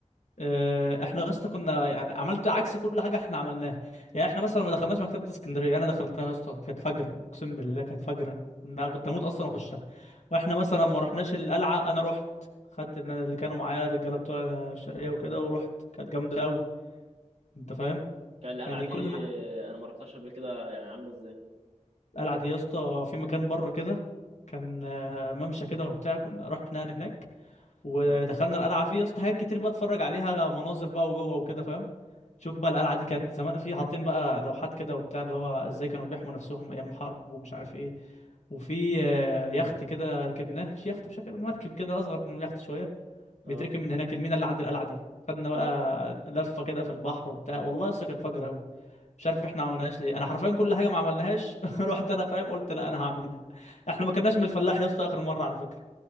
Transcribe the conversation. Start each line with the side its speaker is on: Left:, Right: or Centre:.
Left: آه، احنا يا اسطى كنا يعني عملت عكس كل حاجه احنا عملناها يعني احنا مثلا ما دخلناش مكتبه اسكندريه انا دخلتها يا اسطى كانت فجره اقسم بالله كانت فجره كنا- كنت هموت اصلا اخشها واحنا مثلا
Right: ع-
Left: ما رحناش القلعه انا رحت خدت إن أنا اللي كانوا معايا الرجاله بتوع الشرقيه وكده ورحت كانت جامده قوي انت فاهم
Right: كان القلعة
Left: يعني
Right: دي
Left: كل
Right: آه، انا ما رحتهاش قبل كده يعني عاملة ازاي
Left: القلعه دي يا اسطى في مكان بره كده كان آه، ممشى كده وبتاع كنا رحنا يعني هناك ودخلنا
Right: اه
Left: القلعه فيه يا اسطى حاجات كتير بقى اتفرج عليها مناظر بقى وجوه وكده فاهم شوف بقى القلعه دي كانت زمان في حاطين بقى لوحات كده وبتاع اللي هو ازاي كانوا بيحموا نفسهم ايام الحرب ومش عارف ايه وفي آه، يخت كده ركبناه مش يخت بشكل مركب كده اصغر من اليخت شويه
Right: اه
Left: بيتركب من هناك المينا اللي عند القلعه دي خدنا بقى
Right: اه
Left: لفه كده في البحر وبتاع والله لسه كانت فجر قوي. مش عارف احنا ما عملناهاش ليه انا حرفيا كل حاجه ما عملناهاش <laughs> رحت انا فاهم قلت لا انا هعملها احنا ما كناش من الفلاح يا اسطى اخر مره على فكره